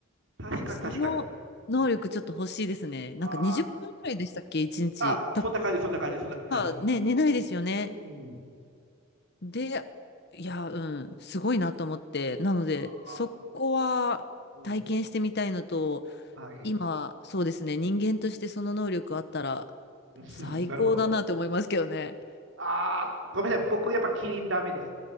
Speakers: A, on the right; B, on the left.
A: 確かに、
B: その能力ちょっと欲しいですね。
A: 確かに。うん。
B: なんか20分くらいでしたっけ、
A: あ
B: 1日。
A: あ、あ、
B: 多分、
A: そんな感じ、そんな感じ、そんな。
B: まあね、
A: あ
B: 寝ないですよね。
A: うん。うん。
B: で、いや、うん、すごいなと思って。なので、
A: ああ、
B: そこは体験してみたいのと、
A: うん。はい。
B: 今、そうですね、人間としてその能力あったら
A: <laughs>
B: 最高だなと思いますけどね。
A: なるほど。ああ、ごめんなさい。僕、やっぱキリンダメです。